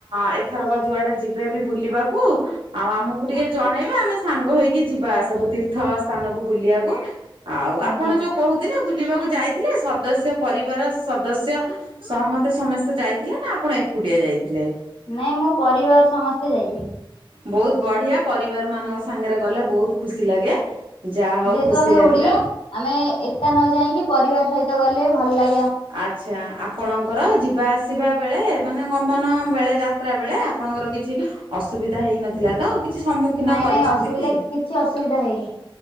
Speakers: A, on the right; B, on the left.
A: ଏ ଏଥରକ ଯୁଆଡେ ଯିବେ ବି ବୁଲିବାକୁ ଆଉ ଆମକୁ ଟିକେ ଜଣେଇବେ ଆମେ ସାଙ୍ଗ ହେଇକି ଯିବା ସବୁ। ତୀର୍ଥ ସ୍ଥାନକୁ ବୁଲିବାକୁ ଆଉ ଆପଣ
B: ଆଜ୍ଞା
A: ଯୋଉ କହୁଥିଲେ ବୁଲିବାକୁ ଯାଇଥିଲେ ସଦସ୍ୟ ପରିବାର ସଦସ୍ୟ ସହମତ ସମସ୍ତେ ଯାଇଥିଲେ ନା ଆପଣ ଏକୁଟିଆ ଯାଇଥିଲେ।
B: ନାଇଁ ମଁ ପରିବାର ସମସ୍ତେ ଯାଇଥିଲେ।
A: ବହୁତ ବଢିଆ ପରିବାର ମାନଙ୍କ ସାଙ୍ଗରେ ଗଲେ ବହୁତ ଖୁସି ଲାଗେ। ଯାହା ହଉ
B: ଯେହେତୁ
A: ଖୁସି
B: ଆମେ
A: ଲାଗିଲା।
B: ଓଡିଆ ଆମେ ଏକ ନ ଯାଇକି ପରିବାର ସହିତ ଗଲେ ଭଲ ଲାଗ
A: ଆଛା ଆପଣଙ୍କର ଯିବା ଆସିବା ବେଳେ ମାନେ ଗମନ ବେଳେ ଯା ଯାତ୍ରା ବେଳେ ଆପଣଙ୍କର କିଛି ଅସୁବିଧା ହେଇନଥିଲା ତ କିଛି ସମ୍ମୁଖୀନ
B: ନାଇଁ
A: କରିଛନ୍ତି
B: ନାଇଁ ଅସୁବିଧା
A: କି
B: କିଛି ଅସୁବିଧା ହେଇନି।